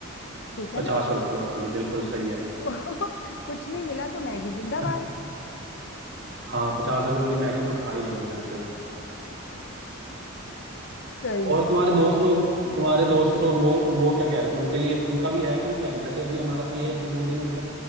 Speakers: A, on the left; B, on the right.
A: ठीक है
B: पचास
A: ना
B: रुपए वाली बिल्कुल सही है
A: तो <laughs> कुछ नहीं मिला तो मैगी जिंदाबाद
B: <laughs>
A: <laughs>
B: हाँ पचास रुपए वाली मैगी तो खा ही लेंगे कम से कम
A: सही में
B: और तुम्हारे दोस्त लोग तुम्हारे दोस्त लोग वो वो क्या कह रहे थे उनके लिए उनका भी है कोई प्लान जैसे अभी हमारा तो ये है कि दो दिन अगर